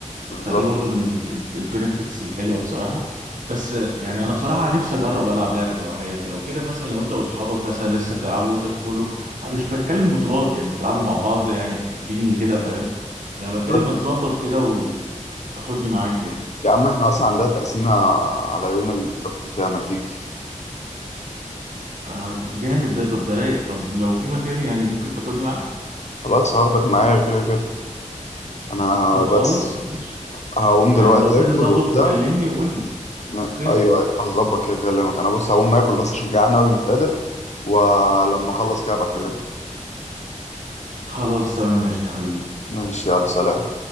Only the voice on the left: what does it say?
بالظبط
طب
يا عم احنا اصلا عندنا تقسيمة على يوم السبت كده ما تيجي
خلاص هاخدك معايا كده كده انا
بس
هقوم
دلوقتي
اكل
وبتاع
م-
ايوه أيوة، هظبط كده اكلمك انا بص هقوم اكل بس عشان جعان اوي مش قادر ولما اخلص كده بكلمك
ماشي يلا سلام